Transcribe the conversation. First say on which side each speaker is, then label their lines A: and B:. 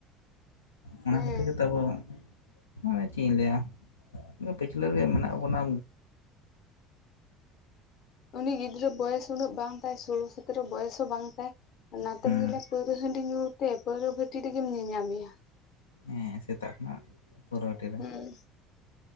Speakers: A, on the left (about 85°); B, on the left (about 55°).
A: ᱚᱱᱟ
B: ᱦᱮᱸ
A: ᱠᱷᱟᱹᱛᱤᱨ ᱜᱮᱛᱚ ᱟᱵᱚ ᱢᱟᱱᱮ ᱪᱮᱫ ᱤᱧ ᱞᱟᱹᱭᱟ, ᱯᱤᱪᱷᱞᱟᱹ ᱨᱮᱜᱮ ᱢᱮᱱᱟᱜ ᱵᱚᱱᱟ
B: ᱩᱱᱤ ᱜᱤᱫᱽᱨᱟᱹ ᱵᱚᱭᱮᱥ ᱩᱱᱟᱹᱜ ᱵᱟᱝ ᱛᱟᱭ ᱥᱚᱞᱳ ᱥᱟᱛᱨᱚ ᱵᱚᱭᱮᱥ ᱦᱚᱸ ᱵᱟᱝ ᱛᱟᱭ ᱚᱱᱟᱛᱮᱢ
A: ᱦᱮᱸ
B: ᱧᱮᱞᱟ ᱯᱟᱹᱣᱨᱟᱹ ᱦᱟᱺᱰᱤ ᱧᱩ ᱛᱮ ᱯᱟᱹᱣᱨᱟᱹ ᱵᱷᱟᱹᱴᱤ ᱨᱮᱜᱮᱢ ᱧᱮᱧᱟᱢᱮᱭᱟ᱾
A: ᱦᱮᱸ ᱥᱮᱛᱟᱜ ᱠᱷᱚᱱ ᱯᱟᱹᱣᱨᱟᱹ ᱴᱤ ᱨᱮ᱾
B: ᱦᱩᱸ